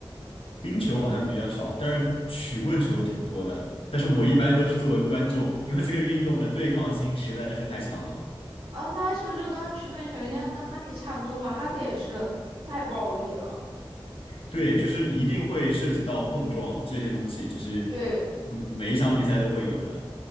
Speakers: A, on the left; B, on the right.
A: 冰球好像比较少，但是曲棍球挺多的。但是我一般都是作为观众，因为这个运动的对抗性实在是太强了。
B: 啊，那是不是就跟他曲棍球应该跟 Hockey 差不多吧？Hockey 也是太暴力了。
A: 对，就是一定会涉及到碰撞这些东西，就是
B: 对
A: 嗯每一场比赛都会有的。